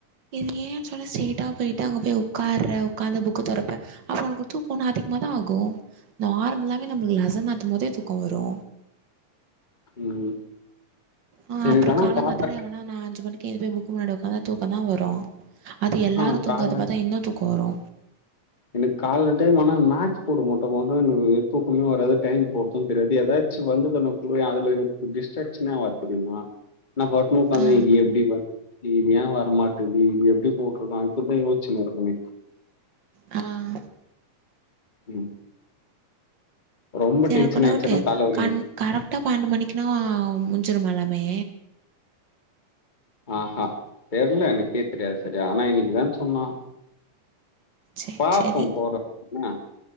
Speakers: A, on the right; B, on the left.
A: இது ஏன்னு சொல்லு ஸ்ட்ரேட்டா போய்ட்டு அங்க போய் உக்கார்ர உக்காந்து புக்கு தொறப்ப அப்ப உனக்கு தூக்கோன்னு அதிகமா தா ஆகு நார்மலாவே நம்மளுக்கு லெசன் நத்தும் போதே தூக்கோ வரு
B: ம்
A: ஆ
B: எனக்கு
A: அப்புறோ
B: ஆனா
A: காலங்
B: கால்
A: காத்தாலே எவனா நால அஞ்சு மணிக்கு எது போய் புக்கு முன்னாடி உக்காந்தா தூக்கோந்தா வரு அது எல்லாரு
B: ஆ
A: தூங்கறது
B: கால்
A: பாத்தா இன்னு தூக்கோ வரு
B: எனக்கு கால்ல டைம் ஆனா மக்ஸ் போடு போது மட்டு எனக்கு தூக்கமே வராது டைம் போறது தெரியாது ஏதாது மக்ஸ் வந்து கொஞ்சோ குடுய அதுல எனக்கு டிஸ்ட்ராக்ஷனே ஆவாது தெரிமா நா வர்னு இப்ப
A: ஆ
B: இது எப்டி வந்த இது ஏ வரமாட்டது இது எப்டி போட்ருக்கா இப்பதா யோசிச்சுனு இருப்பனே
A: ஆ
B: ம் ரொம்ப
A: சரி
B: டென்ஷன்
A: எனக்கு ஒரு டவுட்டு
B: ஆயிச்சன்னா தலைவலி
A: கண்
B: வந்
A: கரெக்டா பன்னெண்டு மணிக்குனா முஞ்சுருமா எல்லாமே
B: ஆஹ தெர்ல எனக்கே தெரியாது சரியா ஆனா இன்னைக்குதா சொன்னா
A: சேர்
B: பாப்போ
A: சேரி
B: போற வரைக்கும் என்ன